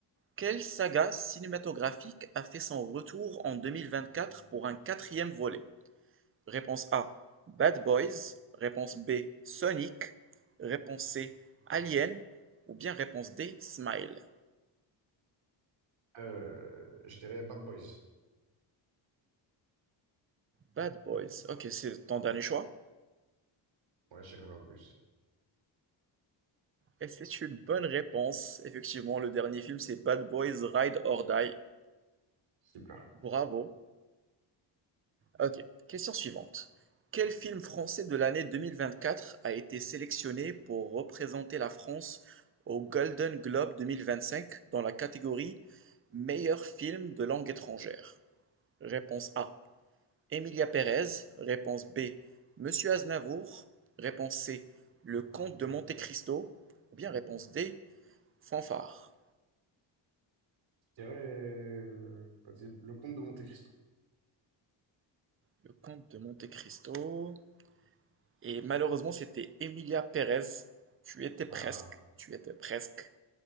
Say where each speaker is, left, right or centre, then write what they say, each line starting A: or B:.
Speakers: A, on the right; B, on the right.
A: Quelle saga cinématographique a fait son retour en 2024 pour un quatrième volet? Réponse A, Bad Boys. Réponse B, Sonic. Réponse C, Alien. Ou bien réponse D, Smile.
B: Euh, je dirais Bad Boys.
A: Bad Boys. Ok, c'est ton dernier choix?
B: Ouais, je dirais Bad Boys.
A: Et c'est une bonne réponse. Effectivement, le dernier film, c'est Bad Boys Ride or Die.
B: Super.
A: Bravo. Ok, question suivante. Quel film français de l'année 2024 a été sélectionné pour représenter la France au Golden Globe 2025 dans la catégorie Meilleur film de langue étrangère? Réponse A. Emilia Pérez. Réponse B. Monsieur Aznavour. Réponse C. Le Comte de Monte Cristo. Ou bien réponse D. Fanfare.
B: Je dirais, euh, vas-y, le comte de Monte-Cristo.
A: Le comte de Monte-Cristo. Et malheureusement, c'était Emilia Pérez. Tu étais presque.
B: Ah,
A: Tu étais presque.